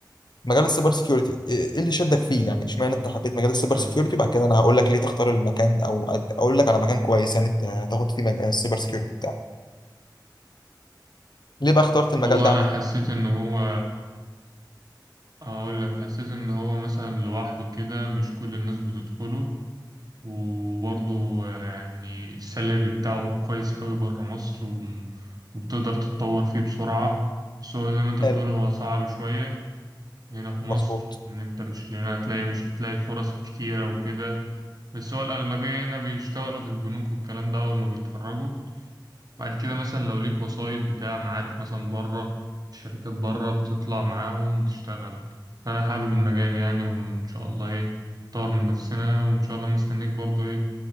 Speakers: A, on the left (about 65°); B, on the right (about 55°).
A: مجال السايبر سيكيورتي ايه إيه اللي شدك فيه يعني اشمعنى انت حبيت مجال السايبر
B: طيب
A: سيكيورتي وبعد كده انا هقول لك ليه تختار المكان او أد- اقول لك على مكان كويس يعني ت- تاخد فيه مجال السايبر سيكيورتي ليه بقى اخترت المجال
B: والله
A: ده عامة؟
B: انا حسيت ان هو اقول لك حسيت ان هو مثلا لوحده كده مش كل الناس بتدخله وبرضه يعني السالري بتاعه كويس قوي بره مصر وم- وبتقدر تتطور فيه بسرعة بس هو زي ما انت
A: حلو
B: بتقول هو صعب شوية هنا في مصر
A: مظبوط
B: إن أنت مش هنا هتلاقي مش هتلاقي الفرص كتيرة وكده بس هو الأغلبية هنا بيشتغلوا في البنوك والكلام ده أول ما بيتخرجوا بعد كده مثلا لو ليك وسايط بتاع معارف مثلا بره شركات بره بتطلع معاهم وتشتغل أنا حابب المجال يعني وإن شاء الله إيه نطور من نفسنا وإن شاء الله مستنيك برضه إيه